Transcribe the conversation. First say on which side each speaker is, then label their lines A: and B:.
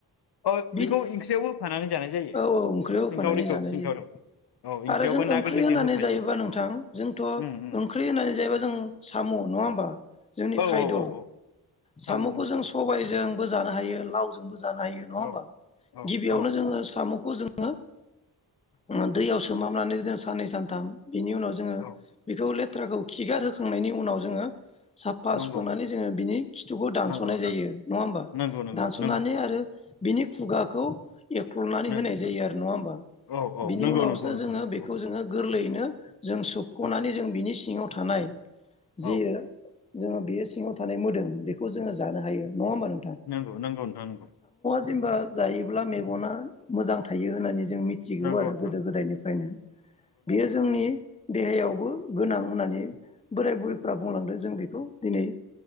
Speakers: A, on the left; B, on the left.
A: अ
B: बिदि
A: बेखौ ओंख्रियावबो होफानानै जानाय जायो
B: औ औ ओंख्रियाव होफानानै
A: सिंखावरिखौ
B: जानाय
A: सिंखावरिखौ
B: जायो
A: औ ओंख्रियावबो
B: आरो जों
A: ना
B: ओंख्रि
A: गोरलैजों
B: होनानै
A: होफायो
B: जायोबा नोंथां
A: औ
B: जोंथ'
A: उम उम
B: ओंख्रि होनानै जायोबा जों साम' नङा होमबा? जोंनि
A: औ
B: खायद'
A: औ औ
B: साम'खौ
A: साम' नंगौ
B: जों सबायजों बो जानो हायो लावजोंबो ज जानो हायो नङा ओमबा
A: औ औ
B: गिबियावनो
A: औ
B: जोंङो साम'खौ जों ङो ओ दैयाव सोमहाबनानै जों साननै सानथाम बिनि उनाव जोङो
A: औ
B: बेखौ लेट थ्राखौ खिगार होखांनायनि उनाव जोङो साफा
A: नंगौ
B: सुखांनानै जोङो बिनि खिथुखौ दानस'नाय
A: नंगौ नोंथां
B: जायो नङा होमबा?
A: नंगौ नंगौ
B: दानस'नानै
A: नंगौ
B: आरो बिनि खुगाखौ एख्ल'नानै
A: नंगौ
B: होनाय जायो आरो नङा होमबा
A: औ औ
B: बिनि
A: नंगौ
B: उनावसो
A: नंगौ नोंथां
B: जोङो
A: नंगौ
B: बेखौ जोङो गोरलै बिनो जों सोबख'नानै
A: औ
B: जों बिनि सिङाव थानाय जियो
A: औ
B: जोङो बेयो सिङाव थानाय मोदोम बेखौ जोङो जानो हायो नङा ओमबा नों
A: नंगौ नंगौ नोंथां नंगौ।
B: जेनबा जायोब्ला मेगना मोजां थायो होननानै जों मिथिगौ
A: नंगौ
B: आरो
A: नोंथां
B: गोदो गोदायनिफ्रायनो बेयो जोंनि देहायावबो गोनां होननानै बोराय बुरैफ्रा बुंलांदो जों बेखौ दिनै